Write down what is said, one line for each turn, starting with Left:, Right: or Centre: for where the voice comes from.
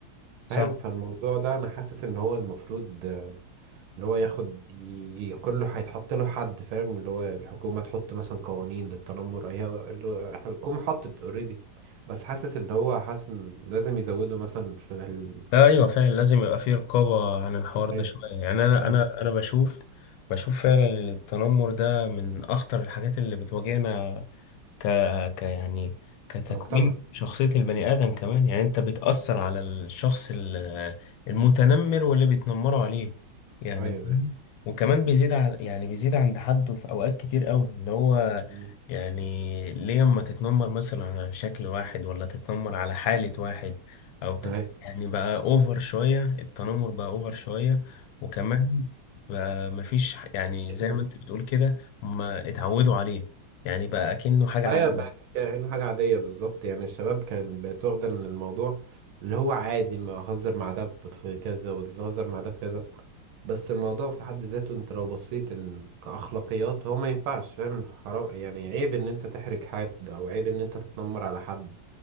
Left: صح
Right: فاهم فالموضوع ده انا حاسس ان هو المفروض آه، اللي هو ياخد ي- يكون له هيتحط له حد فاهم اللي هو الحكومة تحط مثلا قوانين للتنمر هي الحكومة حطت اوريدي بس حاسس اللي هو حاسس إن لازم يزودوا مثلا في ال...
Left: ايوه فعلا لازم يبقى في رقابه عن الحوار ده
Right: أيوة.
Left: شويه يعني انا
Right: مم.
Left: انا انا بشوف بشوف فعلا إن التنمر ده من اخطر الحاجات اللي بتواجهنا ك... ك يعني كتكوين
Right: المجتمع
Left: شخصية البني آدم كمان يعني أنت بتأثر على الشخص ال- المتنمر واللي بيتنمروا عليه يعني
Right: ايوه
Left: فاهم؟
Right: ايوه
Left: وكمان بيزيد ع... يعني بيزيد عند حده في أوقات كتير أوي اللي هو
Right: مم.
Left: يعني ليه أما تتنمر مثلا على شكل واحد ولا تتنمر على حالة واحد أو تت...
Right: ايوه
Left: يعني بقى أوفر شوية التنمر بقى أوفر شوية وكمان بقى مفيش ح- يعني زي ما
Right: ايوه
Left: أنت بتقول كده هما اتعودوا عليه يعني بقى كأنه حاجة
Right: ايوه
Left: عادية
Right: بقى كأنه حاجة عادية بالظبط يعني الشباب كان بقت واخدة ان الموضوع اللي هو عادي ما اهزر مع ده في كذا وتهزر مع ده في كذا بس الموضوع في حد ذاته انت لو بصيت ال- كأخلاقيات هو ما ينفعش فاهم حرام يعني عيب ان انت تحرج حد او عيب ان انت تتنمر على حد